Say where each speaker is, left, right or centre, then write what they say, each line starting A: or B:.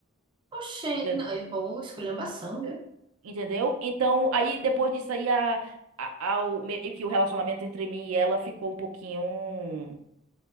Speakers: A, on the right; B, on the right.
A: Oxê,
B: Ente-
A: não, e, pô, esculhambação, viu?
B: Entendeu? Então, aí depois disso aí, a, a- a- o- meio que o relacionamento entre mim e ela ficou um pouquinho.